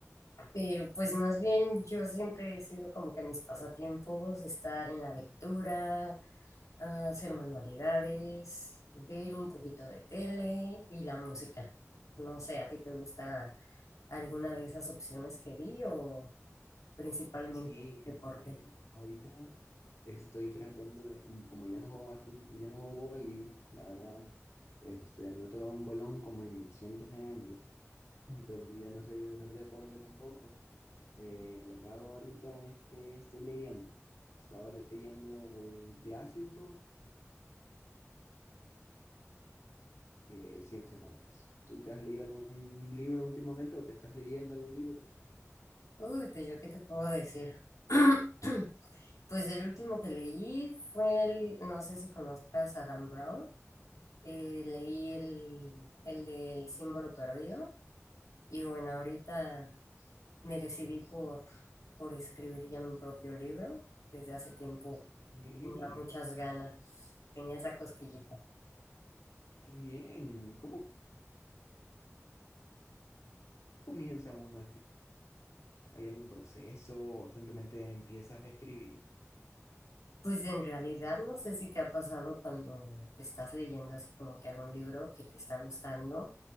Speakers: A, on the left; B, on the left.
A: pero pues más bien yo siempre he sido como que mis pasatiempos, estar en la lectura, a hacer manualidades, ver un poquito de tele y la música. No sé, ¿a ti te gusta alguna de esas opciones que di o principalmente
B: Sí, este,
A: deporte?
B: ahorita estoy tratando de, mm, como ya no juego bastante, ya no juego vóley, la verdad, este, no he tocado un bolón como en cientos de años. entonces ya no soy de hacer deporte tampoco. Eh, lo que hago ahorita es que estoy leyendo. Estaba leyendo un clásico de Ciencia Márquez. ¿Tú te has leído algún libro últimamente o te estás leyendo algún libro?
A: Uy, pues yo qué te puedo decir. <clears throat> Pues el último que leí fue el, no sé si conozcas a Dan Brown, eh, leí el, el del símbolo perdido y bueno, ahorita Me decidí por, por escribir ya mi propio libro. Desde hace tiempo
B: Increíble,
A: tenía muchas ganas, tenía esa cosquillita.
B: qué bien. ¿Cómo comienza uno a escribir? ¿Hay algún proceso o simplemente empiezas a escribir?
A: Pues en realidad no sé si te ha pasado cuando estás leyendo así como que algún libro que te está gustando